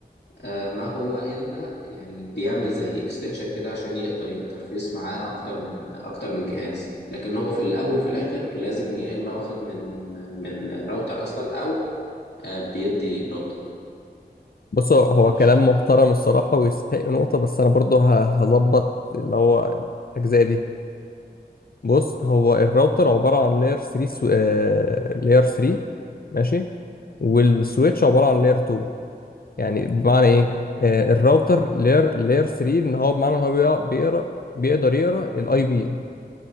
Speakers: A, on the left; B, on the left.
A: آه، ما هو إلا يعني بيعمل زي اكستنشن كده عشان يقدر ينترفيس معاه أكتر من أكتر من جهاز لكن هو في الأول في الآخر لازم يا إما واخد من من راوتر أصلا أو آه، بيدي راوتر
B: بص هو
A: ما
B: هو
A: أعرفش
B: كلام محترم الصراحة ويستحق نقطة بس أنا برضو ه- هظبط اللي هو الأجزاء دي بص هو الراوتر عبارة عن لاير 3 سو... آه... لاير 3 ماشي والسويتش عبارة عن لاير 2 يعني بمعنى إيه آه الراوتر لاير لاير 3 إن هو بمعنى إن هو بيقرأ بيقرأ بيقدر يقرأ الأي بي إن